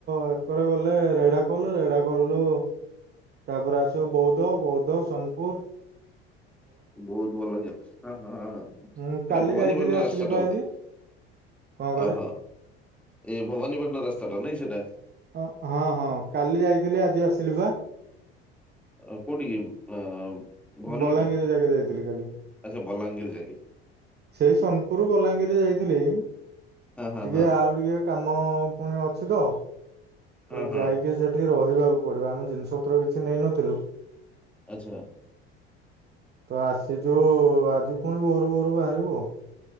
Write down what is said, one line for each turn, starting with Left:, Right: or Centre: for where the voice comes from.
Right: ଏକରେ ଗଲେ, ରେଢା ଖୋଲ୍, ରେଢା ଖୋଲରୁ, ତାପରେ ଆସିବ ବୌଦ୍ଧ, ବୌଦ୍ଧ ସୋନ ପୁର୍
Centre: ବୋହୁତ୍ ଭଲ ଜା-ହଁ ହଁ। ସେଟା
Right: ହୁଁ କାଲି
Centre: ଭବାନୀପାଟଣା
Right: ଯାଇଥିଲି ଆସିଲି
Centre: ରାସ୍ତା
Right: ବା
Centre: ଟା ବୋଧେ?
Right: ଆଜି କଣ କହିଲେ
Centre: ଅହ, ଏଇ ଭବାନୀପଟଣା ରାସ୍ତାଟା ନାଇଁ, ସେଇଟା?
Right: ଅ ହଁ ହଁ। କାଲି ଯାଇଥିଲି, ଆଜି ଆସିଲି ବା।
Centre: ଅ-କୋଉଠି କି, ଅ-ଭବାନୀପଟଣା?
Right: ବଲାଙ୍ଗୀର ଯାକେ ଯାଇଥିଲି କାଲି।
Centre: ଆଚ୍ଛା ବଲାଙ୍ଗୀର ଯାଙ୍କେ।
Right: ସେଇ, ସୋନ୍ ପୁର୍ ବଲାଙ୍ଗୀର୍ ଯାଇଥିଲି। ଟିକେ
Centre: ହଁ ହଁ ହଁ
Right: ଆଉ ଟିକେ କାମ ପୁଣି ଅଛି ତ
Centre: ହଁ
Right: ତ,
Centre: ହଁ
Right: ଯାଇକି ସେଠି ରହିବାକୁ ପଡିବ। ଆମ ଜିନ୍ସ ପତ୍ର କିଛି ନେଇନଥିଲୁ
Centre: ଆଚ୍ଛା।
Right: ତ, ଆସିଛୁ। ଆଜି ଫୁଣି ଭୋରୁ, ଭୋରୁ ବାହାରିବୁ ଆଉ।